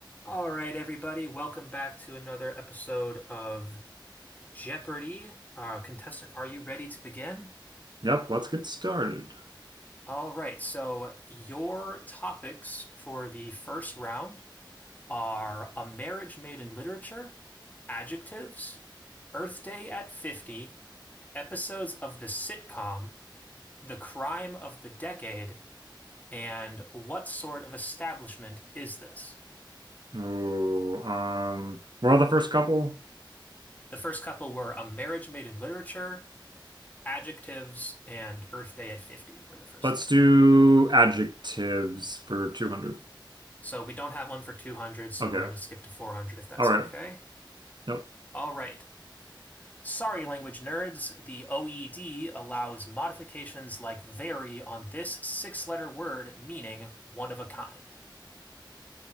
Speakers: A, on the left; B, on the right.
A: All right, everybody, welcome back to another episode of Jeopardy! Uh, contestant, are you ready to begin?
B: Yep, let's get started.
A: All right, so your topics for the first round are a marriage made in literature, adjectives, Earth Day at 50, episodes of the sitcom, the crime of the decade, and what sort of establishment is this?
B: Oh, um, we're on the first couple.
A: The first couple were a marriage made in literature, adjectives and Earth Day at 50 were the first
B: Let's
A: three.
B: do adjectives for 200.
A: So we don't have one for 200, so
B: Okay.
A: we're going to skip to 400 if that's
B: All right.
A: okay.
B: Nope.
A: All right. Sorry, language nerds, the OED allows modifications like vary on this six letter word meaning one of a kind.